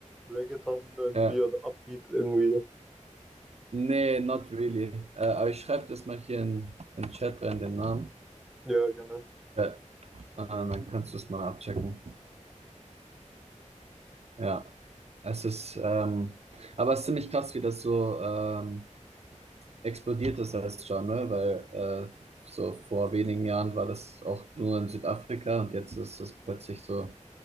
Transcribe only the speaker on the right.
ja,
nee, not really. Äh, aber ich schreibe das mal hier in, in den Chat rein, den Namen.
Äh, ah, dann kannst du es mal abchecken. Ja, es ist, ähm, aber es ist ziemlich krass, wie das so, ähm, explodiert das jetzt schon, ne? Weil äh, so vor wenigen Jahren war das auch nur in Südafrika und jetzt ist das plötzlich so